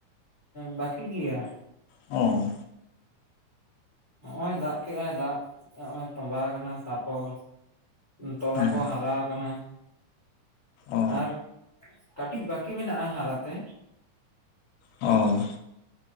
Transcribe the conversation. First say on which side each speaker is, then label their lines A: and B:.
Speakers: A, on the left; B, on the left.
A: ᱵᱟᱠᱤ ᱜᱮᱭᱟ᱾
B: ᱚ
A: ᱦᱚᱜᱼᱚᱭ ᱫᱟᱜ ᱠᱮᱜᱼᱟᱭ ᱫᱟᱜ ᱦᱚᱜᱼᱚᱭ ᱛᱚᱸᱵᱟᱣ ᱠᱟᱱᱟ ᱛᱟᱯᱚᱨ ᱛᱚᱞᱟ
B: ᱦᱮᱸ
A: ᱠᱚ ᱦᱟᱨᱟ ᱠᱟᱱᱟ
B: ᱚ
A: ᱟᱨ ᱠᱟᱹᱴᱤᱡ ᱵᱟᱹᱠᱤ ᱢᱮᱱᱟᱜᱼᱟ ᱦᱟᱨᱟ ᱛᱮ
B: ᱚ